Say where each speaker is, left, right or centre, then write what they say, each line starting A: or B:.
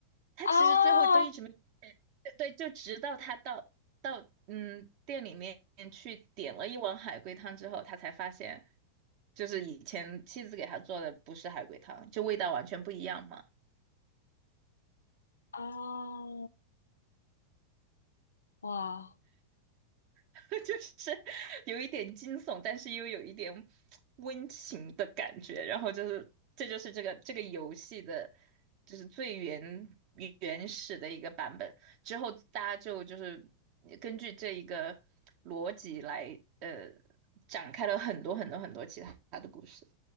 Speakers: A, on the right (about 45°); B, on the left (about 70°).
A: 他其实最后都一直没，
B: 啊
A: 对，就直到他到到嗯店里面去点了一碗海龟汤之后，他才发现，就是以前妻子给他做的不是海龟汤，就味道完全不一样嘛。
B: 啊哇！
A: <laughs> 就是有一点惊悚，但是又有一点温情的感觉。然后就是，这就是这个这个游戏的，就是最原原始的一个版本。之后大家就就是根据这一个逻辑来，呃，展开了很多很多很多其他的故事。